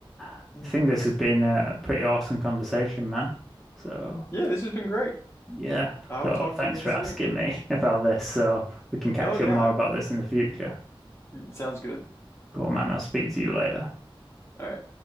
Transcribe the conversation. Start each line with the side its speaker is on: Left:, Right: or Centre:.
Centre: I
Left: Hmm.
Centre: think this has been a pretty awesome conversation, man. So
Left: Yeah, this has been great.
Centre: yeah.
Left: I will
Centre: So
Left: talk
Centre: thanks
Left: to you again
Centre: for
Left: soon.
Centre: asking me <laughs> about this. So we can catch
Left: Oh, yeah.
Centre: up more about this in the future.
Left: Sounds good.
Centre: Cool, man. I'll speak to you later.
Left: All right.